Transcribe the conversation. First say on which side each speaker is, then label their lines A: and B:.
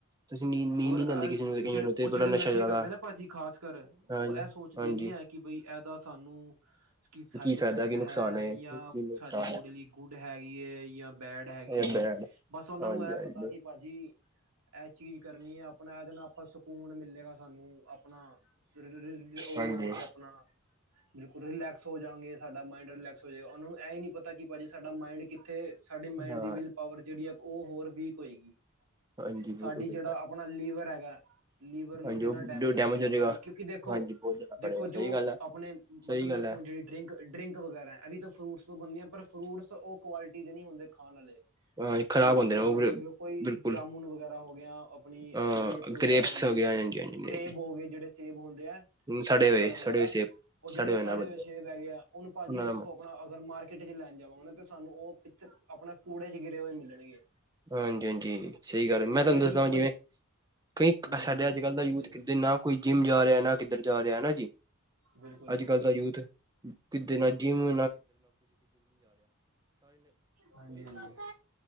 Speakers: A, on the right; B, on the right.
A: ਤੁਸੀਂ ਨੀਂਦ ਨੀਂਦ
B: ਹੋਰ
A: ਨਹੀਂ
B: ਅ
A: ਆਂਦੀ ਕਿਸੇ ਨੂੰ ਕਈਆਂ
B: ਜਿ
A: ਨੂੰ ਤੇ
B: ਉਹ ਜਿਹੜੇ
A: ਬੜਾ ਨਸ਼ਾ
B: ਨਸ਼ੇ
A: ਜ਼ਿਆਦਾ
B: ਕਰਦੇ ਨਾ ਭਾਜੀ ਖ਼ਾਸ ਕਰ ਉਹ
A: ਹਾਂਜੀ
B: ਇਹ ਸੋਚਦੇ
A: ਹਾਂਜੀ
B: ਨੀ ਹੈ ਕਿ ਬਈ ਇਹਦਾ ਸਾਨੂੰ ਕੀ ਸਾਈਡ
A: ਫਾਇਦਾ
B: ਇਫੈਕਟ
A: ਕੀ ਨੁਕਸਾਨ
B: ਹੈ ਜਾਂ
A: ਕੀ ਨੁਕਸਾਨ
B: ਸਾਡੀ ਬੋਡੀ ਲਈ ਗੁੱਡ ਹੈਗੇ ਜਾਂ ਬੈਡ ਹੈਗੀ
A: ਹੈ ਇਹ ਬੈਡ
B: ਬਸ ਉਹਨਾਂ
A: ਹਾਂਜੀ
B: ਨੂੰ ਇਹ
A: ਹਾਂਜੀ
B: ਪਤਾ ਕਿ ਭਾਜੀ ਇਹ ਚੀਜ਼ ਕਰਨੀ ਹੈ ਆਪਣਾ ਇਹ ਦਿ ਨਾਲ ਆਪਾਂ ਸੁ ਸਕੂਨ ਮਿਲੇਗਾ ਸਾਨੂੰ ਆਪਣਾ ਸਰੀਰ ਉਹ ਹੋਵਾਂਗੇ
A: ਹਾਂਜੀ
B: ਆਪਣਾ ਬਿਲਕੁਲ ਰਿਲੈਕ ਸੋ ਜਾਗੇ ਸਾਡਾ ਮਾਈਂਡ ਰਿਲੈਕਸ ਹੋ ਜਾਵੇਗਾ ਉਹਨਾਂ ਨੂੰ ਇਹ ਨਹੀਂ ਪਤਾ ਕਿ ਭਾਜੀ ਸਾਡਾ ਮਾਈੰਡ ਇੱਥੇ ਸਾਡੇ ਮਾਇੰਡ
A: ਹਾਂ
B: ਦੀ ਵਿਲ ਪਾਵਰ ਜਿਹੜੀ ਆ ਉਹ ਹੋਰ ਵੀਕ ਹੋਏਗੀ
A: ਹਾਂਜੀ ਬਿਲਕੁਲ
B: ਸਾਡੀ
A: ਸਹੀ
B: ਜਿਹੜਾ
A: ਗੱਲ
B: ਆਪਣਾ ਲੀਵਰ ਹੈਗਾ ਲੀਵਰ ਨੂੰ
A: ਹਾਂਜੀ
B: ਕਿੰਨਾ
A: ਉਹ
B: ਡੈਮੇਜ ਪਏਗਾ
A: ਹੋ ਜਾਏਗਾ
B: ਭਾਜੀ ਕਿਉਂਕਿ ਦੇਖੋ
A: ਹਾਂਜੀ ਬਹੁਤ ਜਾਣਾ
B: ਦੇਖੋ
A: ਪੜੇਗਾ ਸਹੀ
B: ਜੋ
A: ਗੱਲ ਹੈ
B: ਆਪਣੇ
A: ਸਹੀ
B: ਮਤਲਬ
A: ਗੱਲ
B: ਦੇਖੋੁ
A: ਹੈ
B: ਜਿਹੜੀ ਡਰਿੰਕ ਡਰਿੰਕ ਵਗੈਰਾ ਇਹ ਤਾਂ ਫਰੂਟਸ ਤੋਂ ਬਣਦੀਆਂ ਪਰ ਫਰੂਟਸ ਉਹ ਕੁਆਲਿਟੀ ਦੇ ਨੀ ਹੁੰਦੇ ਖਾਣ ਵਾਲੇ
A: ਤੁਸੀਂ ਖ਼ਰਾਬ
B: ਹੁਣ ਤੁਸੀਂ
A: ਹੁੰਦੇ ਨੇ
B: ਆਪਣੇ
A: ਉਹ
B: ਦੇਖਲਓ ਕੋਈ
A: ਬਿਲਕੁਲ
B: ਜਾਮੁਨ ਵਗੈਰਾ ਹੋ ਗਿਆ ਆਪਣੀ
A: ਅ
B: ਗਰੇਬਸ ਵਗੈਰਾ
A: ਗ੍ਰੇਪਸ
B: ਹੋ ਗਏ
A: ਗਿਆ ਹਾਂਜੀ ਹਾਂਜੀ
B: ਸੇਬ ਹੋ ਗਏ ਜਿਹੜੇ ਸੇਬ ਹੁੰ
A: ਸੜੇ
B: ਐਪਲ
A: ਹੋਏ ਸੜੇ
B: ਵਗੈਰਾ
A: ਹੋਏ ਸੇਬ
B: ਉਹ ਜਿਹੜੇ ਸੜੇ
A: ਹੋਏ ਨਾ ਬੰਦੇ
B: ਸੇਬ ਹੈਗੇ ਆ ਉਹਨੂੰ ਭਾਜੀ
A: ਉਹਨਾਂ
B: ਦੇਖੋ
A: ਦਾ
B: ਆਪਣਾ ਅਗਰ ਮਾਰਕੀਟ <inaudible> ਸਾਨੂੰ ਉਹ ਪਿੱਥੇ ਆਪਣਾ ਕੂੜੇ ਚ ਗਿਰੇ ਹੋਏ ਮਿਲਣਗੇ
A: ਹਾਂਜੀ ਹਾਂਜੀ ਸਹੀ ਗੱਲ ਹੈ ਮੈਂ
B: ਹੁਣ
A: ਤੁਹਾਨੂੰ
B: ਜਿਹੜੀ
A: ਦੱਸਦਾ ਜਿਵੇਂ
B: ਵਧੀ
A: ਕਈ
B: ਬਿਲਕੁਲ
A: ਸਾਡੇ
B: ਬਿਲਕੁਲ
A: ਅੱਜ ਕੱਲ੍ਹ ਦਾ
B: ਹਾਂਜੀ
A: ਯੂਥ
B: ਹਾਂਜੀ
A: ਕਿੱਰ ਨਾ ਕੋਈ ਜਿੰਮ ਜਾ ਰਿਹਾ ਨਾ ਕਿੱਧਰ ਜਾ ਰਿਹਾ ਨਾ ਜੀ
B: ਬਿਲਕੁਲ ਬਿਲਕੁਲ
A: ਅੱਜ ਕੱਲ੍ਹ ਦਾ ਯੂਥ ਕਿੱਧਰ ਨਾ ਜਿੰਮ
B: ਹਾਂਜੀ ਹਾਂਜੀ ਹਾਂਜੀ